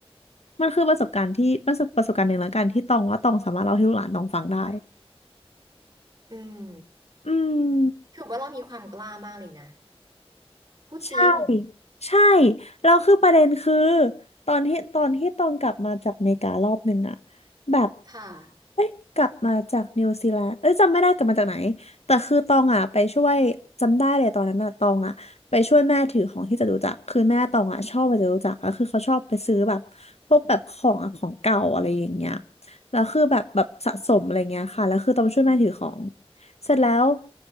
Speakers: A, on the left; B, on the right.
A: มันคือประสบการณ์ที่ประสบประสบการณ์หนึ่งแล้วกันที่ตองว่าตองสามารถเล่าให้ลูกหลานตองฟังได้
B: อืม
A: อืม
B: ถือว่าเรามีความกล้ามากเลยนะพูดจริง
A: ใช่ใช่แล้วคือประเด็นคือตอนที่ตอนที่ตองกลับมาจากอเมริการอบหนึ่งอะแบบ
B: ค่ะ
A: เอ้ยกลับมาจากนิวซีแลนด์เอ้ยจำไม่ได้กลับมาจากไหนแต่คือตองอะไปช่วยจำได้เลยตอนนั้นอะตองอะไปช่วยแม่ถือของที่จตุจักรคือแม่ตองอะชอบไปจตุจักรแล้วคือเขาชอบไปซื้อแบบพวกแบบของอะของเก่าอะไรอย่างเงี้ยแล้วคือแบบแบบสะสมอะไรเงี้ยค่ะแล้วคือตองไปช่วยแม่ถือของเสร็จแล้ว